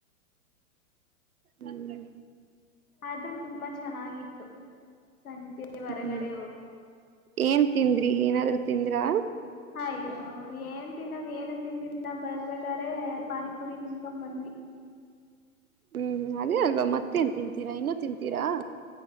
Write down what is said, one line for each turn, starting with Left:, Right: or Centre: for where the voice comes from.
Right: ಹೂಂ
Left: ಆದ್ರೂ ತುಂಬಾ ಚೆನ್ನಾಗಿತ್ತು ಸಂಜೆ. ಹೊರಗಡೆ
Right: ಹ್ಮ್
Left: ಹೋಗಿ
Right: ಏನ್ ತಿಂದ್ರಿ ಏನಾದ್ರೂ ತಿಂದ್ರಾ.
Left: ಅಯ್ಯೋ ಏನ್ ತಿನ್ನೋದ್ ಏನು ತಿಂದಿಲ್ಲ ಬರ್ಬೇಕರೆ ಪಾನಿಪುರಿ ತಿನ್ಕೊ ಬಂದ್ವಿ.
Right: ಹ್ಮ್ ಅದೇ ಅಲ್ವಾ ಮತ್ತೇನ್ ತಿಂತೀರಾ ಇನ್ನುೂ ತಿಂತೀರಾ